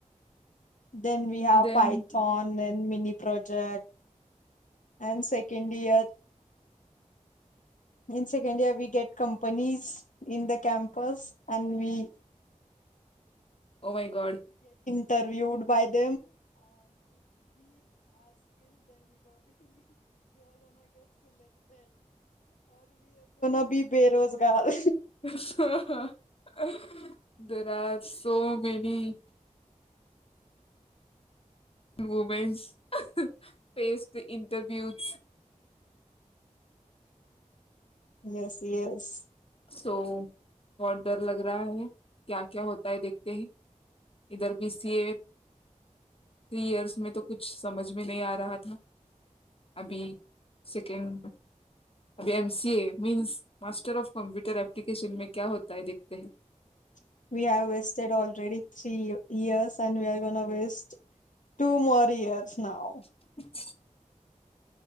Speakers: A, on the left; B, on the left.
A: then we have
B: then
A: पायथॉने. Mini project and second year in second we get कं companies in the campus <unintelligible>
B: O my God.
A: <unintelligible> बेरोजगार
B: <unintelligible> सो मेनी मूमेंटस पेस् इंटरव्यूस <unintelligible>
A: येस येस.
B: सो बहोतं डर लग रहा है क्या क्या होता हे देखते है इधर B C A three years मे त कुछ समज मे नही आ रहा था. अभी second M C A means master of computer application मे क्या होता है देखते है.
A: <unintelligible>
B: <unintelligible>